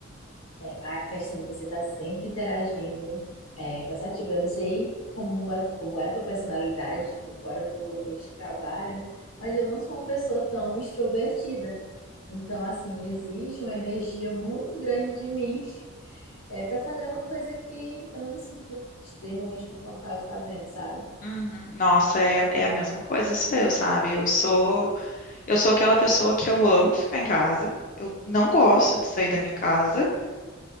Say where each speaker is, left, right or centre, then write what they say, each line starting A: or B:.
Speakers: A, on the left (about 85°); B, on the left (about 40°).
A: É, a questão de você estar sempre interagindo é cansativa. Eu não sei como é, como é a tua personalidade, tipo, fora do ambiente de trabalho, mas eu não sou uma pessoa tão extrovertida. Então, assim, exige uma energia muito grande de mim É para fazer uma coisa que eu não me sinto extremamente confortável fazendo, sabe?
B: Uhum. Nossa, é, é a mesma coisa, sou eu, sabe? Eu sou, eu sou aquela pessoa que eu amo ficar em casa, eu não gosto de sair da minha casa.